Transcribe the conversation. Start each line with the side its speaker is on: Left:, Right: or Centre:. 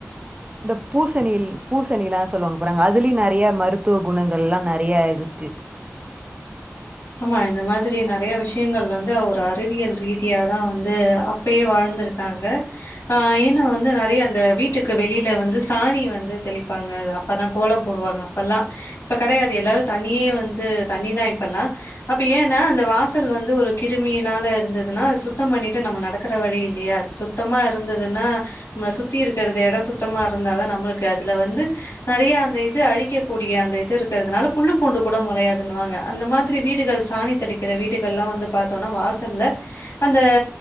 Right: இந்த பூசணி பூசணிலா சொல்லுவாங்க பாருங்க அதுலியும் நறையா மருத்துவ குணங்கள்லாம் நறையா இருக்கு
Left: ஆமா இந்த மாதிரி நறையா விஷி யங்கள் வந்து ஒரு அறிவியல் ரீதியா தான் வந்து அப்பயே வாழ்ந்திருக்காங்க ஆ ஏன்னா வந்து நறையா அந்த வீட்டுக்கு வெளியில வந்து சாணி வந்து தெளிப்பாங்க அப்பதான் கோலம் போடுவாங்க அப்பெல்லாம் இப்ப கடையாது எல்லாரும் தண்ணியே வந்து தண்ணி தான் இப்பல்லாம் அப்ப ஏன்னா அந்த வாசல் வந்து ஒரு கிருமியினால இருந்ததுன்னா அது சுத்தம் பண்ணிட்டு நம்ம நடக்கிற வழி இல்லையா அது சுத்தமா இருந்ததுன்னா நம்மள சுத்தி இருக்கிறது எடம் சுத்தமா இருந்தாதான் நம்மளுக்கு அதுல வந்து நறையா அந்த இது அழிக்கக்கூடிய அந்த இது இருக்கறதுனால புல்லு பூண்டு கூட முளையாதுன்னுவாங்க அந்த மாதி ரி வீடுகள் சாணி தெளிக்கிற வீடுகள்லாம் வந்து பாத்தோன்னா வாசல்ல அந்த